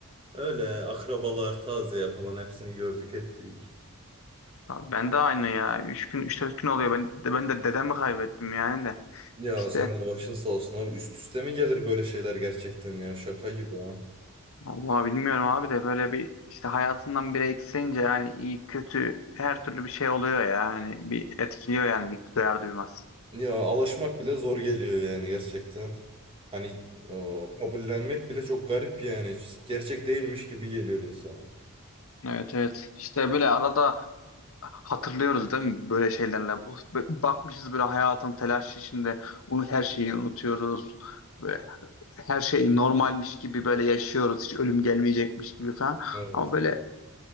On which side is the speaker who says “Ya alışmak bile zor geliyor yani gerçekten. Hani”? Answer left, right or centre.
Right